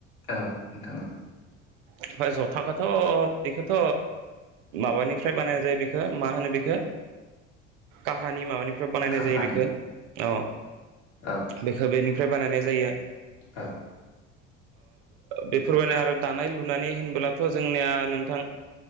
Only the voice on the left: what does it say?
औ नोंथां औ
काहानि
औ
औ